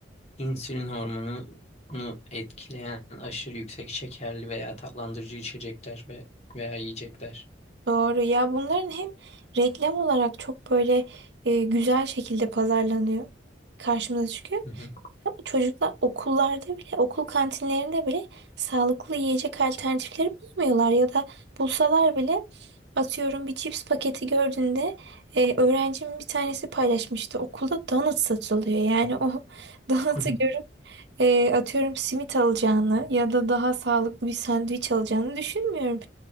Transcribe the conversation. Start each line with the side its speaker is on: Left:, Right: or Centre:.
Left: insülin hormonunu etkileyen aşırı yüksek şekerli veya tatlandırıcı içecekler ve veya yiyecekler.
Right: Doğru. Ya bunların hem reklam olarak çok böyle e, güzel şekilde pazarlanıyor. Karşımıza çıkıyor.
Left: Hı hı.
Right: Ama çocuklar okullarda bile, okul kantinlerinde bile sağlıklı yiyecek alternatifleri bulamıyorlar. Ya da bulsalar bile atıyorum bir cips paketi gördüğünde e, öğrencimin bir tanesi paylaşmıştı. Okulda donut satılıyor. Yani o <laughs> donut'u
Left: <laughs>
Right: e, atıyorum simit alacağını ya da daha sağlıklı bir sandviç alacağını düşünmüyorum.